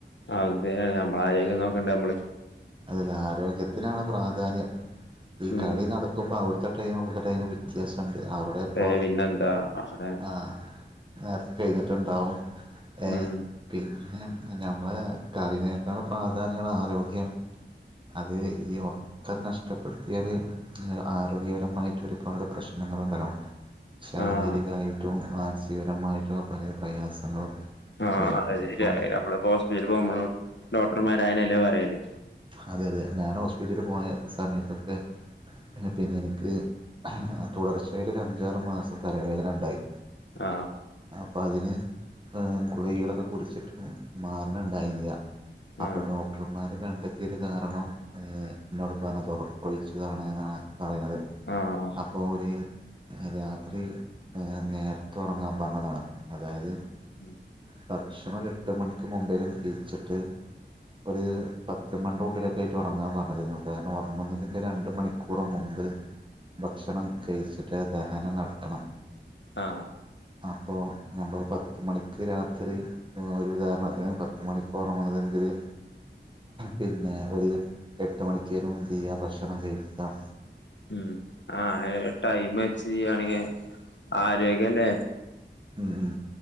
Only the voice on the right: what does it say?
അതില് ആരോഗ്യത്തിനാണ് പ്രാധാന്യം ഈ
കളി നടക്കുമ്പോ അവിട് ത്തെ ടൈമും ഇവ്ടത്തെ ടൈമും വ്യത്യാസണ്ട്. അവിടെ ഇപ്പോ
ആ. നേര്ത്തെ കെയിഞ്ഞിട്ടുണ്ടാവും. ഏ
പിന്നെ നമ്മളെ കറിനേകാളും പ്രാധാന്യണ് ആരോഗ്യം. അത് ഈ ഒറക്കം നഷ്ടപ്പെടുത്തിയാല് ആരോഗ്യപരമായിട്ട് ഒരുപാട് പ്രശ്നം ങ്ങളുണ്ടലോ. ശാരീരികായിട്ടും,
മാൻസികപരമായിട്ടുള്ളപലേ പ്രയാസങ്ങളും
വരും
ഇപ്പോൾ
അതെ അതെ. ഞാന് ഹോസ്പിറ്റലിൽ പോയ സമയത്തൊക്കെ പിന്നെ എനിക്ക് തുടർച്ചയായിട്ട് ഒരഞ്ചാറ് മാസം തലവേദനണ്ടായി.
പ്പ അതിന് ഗുളികളൊക്കെ കുടിച്ചിട്ട് മാറണുണ്ടായിന്നില. അപ്പൊ
ഡോക്ടർമാര് കണ്ട് ത്തിന് കാരണം ഏ ഇന്നോട്പ്പർഞ്ഞ ത് ഒറക്കൊഴിച്ചതാണ്ന്നാണ്. പറിണത്.
അപ്പോ ഓര് രാത്രി നേര്ത്തെ ഒർങ്ങാൻ പർഞ്ഞതാണ്. അതായത്
ഭക്ഷണം എട്ട് മണിക്ക് മുമ്പേലും കഴിച്ചിട്ട് ഒരു പത്ത് ചമണ്ടൂട്ടിലൊക്കായിട്ട് ഒറങ്ങാൻ പറഞ്ഞതേര്ന്നു കാരണം ഒർങ്ങുന്നതിൻ്റെ രണ്ട് മണിക്കൂറ് മുമ്പ് ഭക്ഷണം കഴിച്ചിട്ട് അത്‌ ദഹനം നടക്കണം
അപ്പോ നമ്മള് പത്ത് മണിക്ക് രാത്രി ഒരു ഉദാഹരണത്തിന് പത്ത് മണിക്ക് ഒർങ്ങുന്നതെങ്കില് പിന്നെ ഒര് എട്ട് മണിക്കേലും ന്തെയ്യ ഭക്ഷണം കഴിക്കാം.
ഉം ഉം